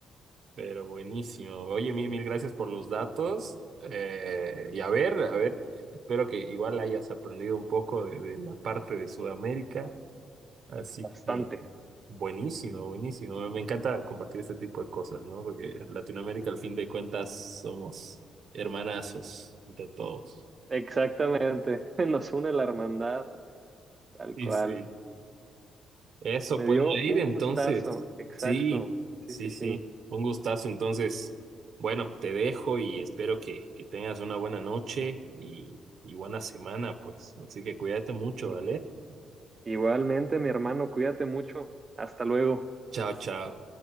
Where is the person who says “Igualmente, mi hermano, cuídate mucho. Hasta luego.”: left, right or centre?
Right